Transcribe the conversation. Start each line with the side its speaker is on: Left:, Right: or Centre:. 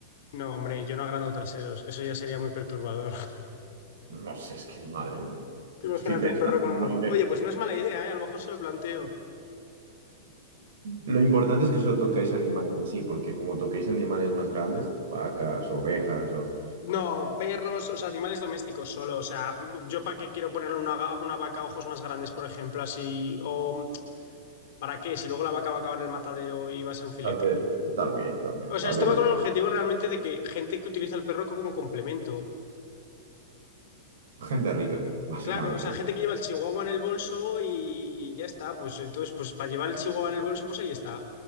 Left: No, hombre, yo no agrando traseros, eso ya sería muy perturbador. <laughs>
Right: No sé, es que madre mía.
Left: Tú Imagínate
Right: Estoy pensando
Left: un perro con
Right: en
Left: un...
Right: una
Left: buen-
Right: oveja.
Left: Oye, pues no es mala idea, ¿eh? A lo mejor se lo planteo.
Right: Lo importante es que solo tocáis animales así, porque como toquéis animales más grandes, vacas, ovejas, o
Left: No, perros, o sea, animales domésticos solo. O sea, yo para qué quiero ponerle una, ga- una vaca a ojos más grandes, por ejemplo, así. O ¿para qué? Si luego la vaca va a acabar en el matadero y va a ser un filete.
Right: tal vez, también, también,
Left: O sea,
Right: tal
Left: esto
Right: vez
Left: va con el objetivo realmente de que gente que utiliza el perro como complemento.
Right: gente rica, básicamente.
Left: Claro, o sea, gente que lleva el chihuahua en el bolso y, y ya está. Pues entonces, pues para llevar el chihuahua en el bolso, pues ahí está.